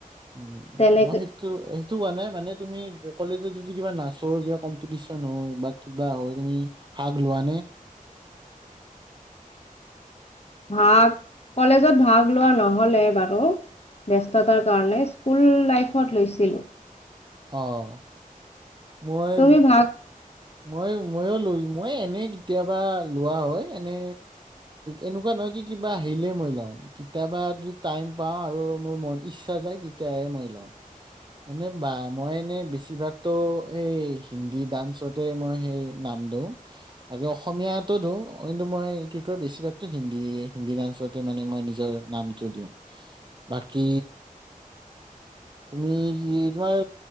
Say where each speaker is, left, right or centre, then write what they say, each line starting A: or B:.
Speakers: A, on the right; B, on the left.
A: উ
B: তেনেকে
A: মই সেইটো সেইটো কোৱা নাই মানে তুমি কলেজত যদি কিবা নাচৰ কিবা কম্পিটিচন হয় বা কিবা হয় তুমি ভাগ লোৱা নে
B: ভাগ কলেজত ভাগ লোৱা নহলে বাৰু ব্যস্ততাৰ কাৰণে স্কুল লাইফত লৈছিলো
A: আহ মই
B: তুমি ভাগ
A: উ মই ময়ো লৈ মই এনে কেতিয়াবা লোৱা হয় এনে এনেকুৱা নহয় কি কিবা আহিলে মই লওঁ কেতিয়াবা টাইম পাওঁ আৰু মোৰ মন ইচ্ছা যায় তেতিয়াহে মই লওঁ এনে বা মই এনে বেছিভাগতো সেই হিন্দী ডান্সতে মই সেই নাম দিওঁ বাকী অসমীয়াতো দিওঁ কিন্তু মই কি কয় বেছিভাগতো হিন্দী হিন্দী ডান্সতে মানে মই নিজৰ নামটো দিওঁ বাকী তুমি কি তোমাৰ